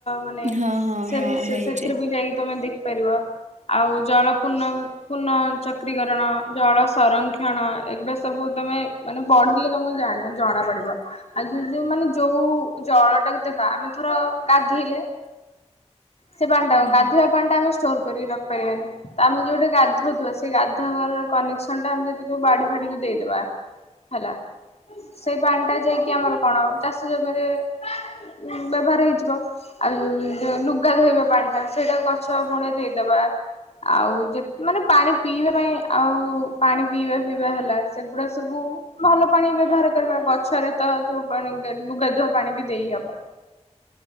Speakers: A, on the left; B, on the right.
A: ମାନେ
B: ହଁ ହଁ
A: ସେ
B: ହଁ
A: ବି
B: ହେଇଛି
A: ସେଥିରେ ବି ଯାଇକି ତମେ ଦେଖିପାରିବ ଆଉ ଜଳ ପୁଙ୍ଗ ପୁନଃ ଚକ୍ରି କରଣ ଜଳ ସଂରକ୍ଷଣ ଏବେ ସବୁ ତମେ ମାନେ ବଢିଲେ ତମକୁ ଜାଣ ଜଣା ପଡିବ ଆଜି ଯୋଉ ମାନେ ଯୋଉ ଜଳ ଟାକୁ ଦେଖ ଆମେ ଥର ଗାଧେଇଲେ ସେ ପାଣି ଟା
B: ହୁଁ।
A: ଗାଧୋଇବା ପାଣି ଟା ଆମେ ଷ୍ଟୋର କରିି ରଖପାରିବାନି ତ ଆମେ ଯୋଉଟେ ଗଧୁଥବା ସେଇ ଗାଧୁଆର କନେକ୍ସନ ଟା ଆମେ ଯଦିୋଉ ବାଡି ଫାଡିକୁ ଦେଇଦବା ହେଲା ସେଇ ପାନ୍ ଟା ଯାଇକି ଆମର କଣ ଚାଷ ଜମିରେ ଉ ବ୍ୟବହାର ହେଇଯିବ ଆଉ ଯୋଉ ଲୁଗା ଧୋଇବା ପାଣି ଟା ସେଇଟା ଗଛ ମୂଳେ ଦେଇଦବା ଆଉ ଯେ ମାନେ ପାଣି ପିଇବା ପାଇଁ ଆଉ ପାଣି ପିଇବା ପିଇବା ହେଲା ସେଗୁଡା ସବୁ ଭଲ ପାଣି ବ୍ୟବହାର କରିବା ଗଛରେ ତ ଯୋଉ ପାଣି ଲୁଗାଧୂଆ ପାଣି ବି ଦେଇହବ